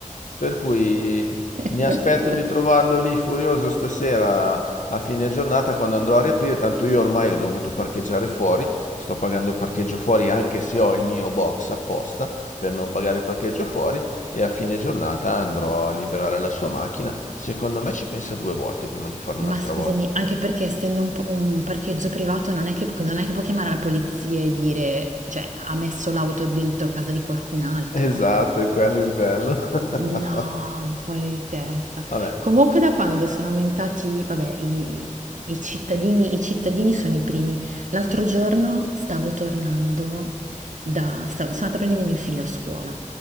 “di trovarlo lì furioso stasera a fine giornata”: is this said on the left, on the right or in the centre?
Left